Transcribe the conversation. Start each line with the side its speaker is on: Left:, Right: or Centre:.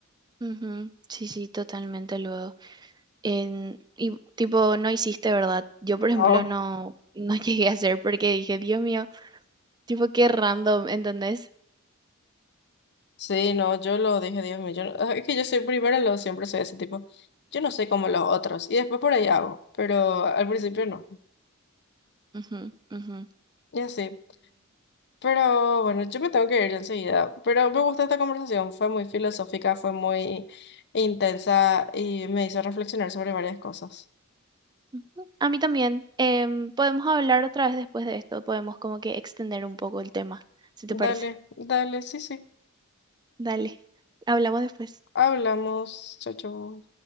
Right: ujú, Sí, sí, totalmente luego. En, y tipo, no hiciste, ¿verdad? Yo, por ejemplo,
Left: No,
Right: no, no <laughs> llegué a hacer porque dije, Dios mío, tipo, qué random, ¿entendés?
Left: sí, no, yo lo dije, Dios mío, yo, no- ah, es que yo soy primero, lo siempre soy ese tipo. Yo no soy como los otros, y después por ahí hago, pero al principio no.
Right: Ujú, ujú.
Left: Y así. Pero bueno, yo me tengo que ir enseguida. Pero me gustó esta conversación, fue muy filosófica, fue muy intensa y me hizo reflexionar sobre varias cosas.
Right: Ujú, A mí también. Em, podemos hablar otra vez después de esto. Podemos como que extender un poco el tema, si te parece.
Left: Dale, dale, sí, sí.
Right: Dale, hablamos después.
Left: Hablamos. Chau, chau.